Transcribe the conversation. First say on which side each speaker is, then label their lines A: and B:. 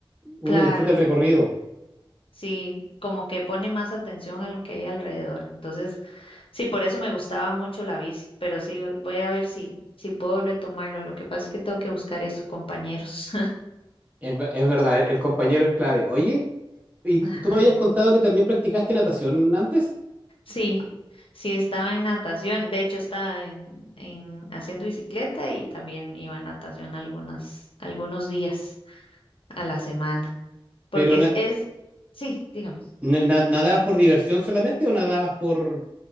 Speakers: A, on the right (about 15°); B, on the left (about 70°).
A: uno
B: Claro.
A: disfruta el recorrido.
B: Sí, como que pone más atención a lo que hay alrededor. Entonces, sí, por eso me gustaba mucho la bici, pero sí, voy a ver si, si puedo retomarlo. Lo que pasa es que tengo que buscar eso, compañeros.
A: Es, ve- es verdad, el compañero es clave. Oye, y tú
B: <laughs> Ajá.
A: tú me habías contado que también practicaste natación antes,
B: Sí, sí, estaba en natación. De hecho, estaba en, en haciendo bicicleta y también iba a natación algunas, algunos días a la semana. Porque
A: pero na-
B: es, es, sí, dígame.
A: na- na- ¿nadabas por diversión solamente o nadabas por,